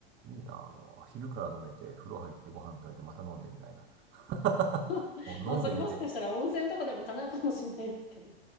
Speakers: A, on the right; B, on the left.
A: い。いいな、あの、昼から飲めて、風呂入ってご飯食べて、また飲んでみたいな。<laughs>
B: <laughs>
A: もう飲んで寝て。
B: まあ、それもしかしたら温泉とかでも叶うかもしれないですけど。